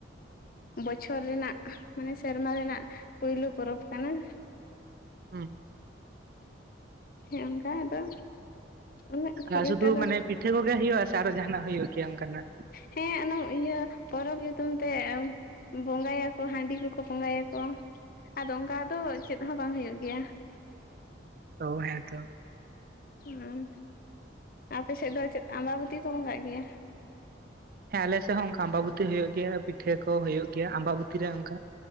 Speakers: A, on the left (about 50°); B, on the right (about 50°).
A: ᱵᱚᱪᱷᱚᱨ ᱨᱮᱱᱟᱜ ᱢᱟᱱᱮ ᱥᱮᱨᱢᱟ ᱨᱮᱱᱟᱜᱼᱼ ᱯᱟᱹᱭᱞᱟᱹ ᱯᱚᱨᱚᱵᱽ ᱠᱟᱱᱟ ᱾
B: ᱦᱩᱸ
A: ᱦᱮᱸ ᱚᱱᱠᱟ ᱟᱫᱚ ᱩᱱᱟᱹᱜ ᱠᱷᱩᱵ
B: ᱟᱨ ᱥᱩᱫᱷᱩ
A: ᱮᱠᱴᱟ ᱫᱚ
B: ᱢᱟᱱᱮ ᱯᱤᱴᱷᱟᱹ ᱠᱚᱜᱮ ᱦᱩᱭᱩᱜ-ᱟ ᱥᱮ ᱟᱨᱦᱚᱸ ᱡᱟᱦᱟᱱᱟᱜ ᱦᱩᱭᱩᱜ ᱜᱮᱭᱟ ᱚᱱᱠᱟᱱᱟᱜ?
A: ᱦᱮᱸ ᱚᱱᱟ ᱤᱭᱟᱹ ᱯᱚᱨᱚᱵᱽ ᱧᱩᱛᱩᱢ ᱛᱮ ᱵᱚᱸᱜᱟᱭᱟᱠᱚ ᱦᱟᱺᱰᱤ ᱠᱚᱠᱚ ᱵᱚᱸᱜᱟᱭᱟᱠᱚ ᱟᱫᱚ ᱚᱱᱠᱟ ᱫᱚ ᱪᱮᱫ ᱦᱚᱸ ᱵᱟᱝ ᱦᱩᱭᱩᱜ ᱜᱮᱭᱟ
B: ᱚ ᱦᱮᱸ ᱛᱚ
A: ᱦᱩᱸ ᱟᱯᱮ ᱥᱮᱫ ᱫᱚ ᱪᱮᱫ ᱟᱢᱵᱟᱵᱚᱛᱤ ᱠᱚ ᱵᱚᱸᱜᱟᱜ ᱜᱮᱭᱟ
B: ᱦᱮᱸ ᱟᱞᱮᱥᱮᱫ ᱦᱚᱸ ᱚᱱᱠᱟ ᱟᱢᱵᱟᱵᱩᱛᱤ ᱦᱩᱭᱩᱜ ᱜᱮᱭᱟ ᱯᱤᱴᱷᱟᱹ ᱠᱚ ᱦᱩᱭᱩᱜ ᱜᱮᱭᱟ ᱟᱢᱵᱟᱵᱩᱛᱤ ᱨᱮ ᱚᱱᱠᱟ